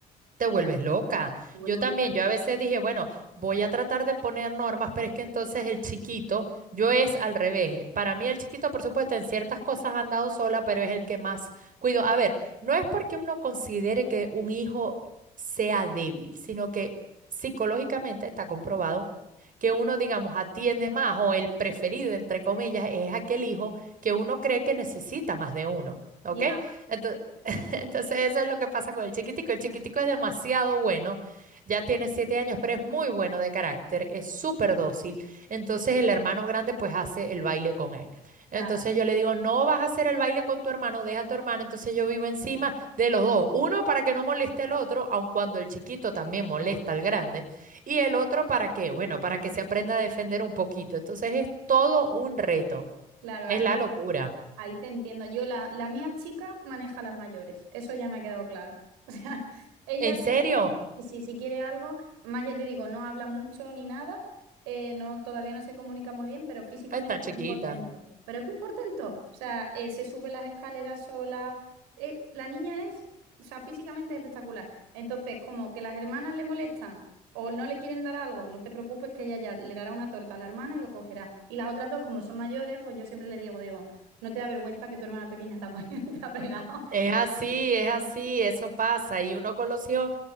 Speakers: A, on the right; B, on the right.
A: te vuelves loca.
B: me vuelvo
A: Yo también,
B: loca.
A: yo a veces dije, bueno, voy a tratar de poner normas, pero es que entonces el chiquito, yo es al revés. Para mí el chiquito, por supuesto, en ciertas cosas ha andado sola, pero es el que más cuido. A ver, no es porque uno considere que un hijo sea débil, sino que psicológicamente está comprobado que uno, digamos, atiende más o el preferido, entre comillas, es aquel hijo que uno cree que necesita más de uno. ¿Ok?
B: Ya,
A: Ento- <laughs> Entonces eso es lo que pasa con el chiquitico. El chiquitico es demasiado bueno, ya tiene siete años, pero es muy bueno de carácter, es súper dócil. Entonces el hermano grande pues hace el baile con él.
B: claro,
A: Entonces yo le digo, no vas a hacer el baile con tu hermano, deja a tu hermano. Entonces yo vivo encima de los dos. Uno para que no moleste al otro, aun cuando el chiquito también molesta al grande. Y el otro para qué, bueno, para que se aprenda a defender un poquito. Entonces es todo un reto,
B: claro,
A: es la locura.
B: Ahí te entiendo. Yo, la, la mía chica maneja las mayores. Eso ya me ha quedado claro. <laughs> O sea, ellas.
A: ¿En serio?
B: Y si, si quiere algo, más ya te digo, no habla mucho ni nada, eh, no, todavía no se comunica muy bien, pero físicamente
A: Está chiquita.
B: es un portento. Pero es un portento. O sea, eh, se sube las escaleras sola. eh, la niña es, o sea, físicamente es espectacular. Entonces, como que las hermanas le molestan o no le quieren dar algo, no te preocupes que ella ya le dará una torta a la hermana y lo cogerá. Y las otras dos, como son mayores, pues yo siempre le digo, digo, no te da vergüenza que tu hermana pequeña te ha, <laughs> te ha pegado.
A: Es así, es así, eso pasa. Y uno con los hijos,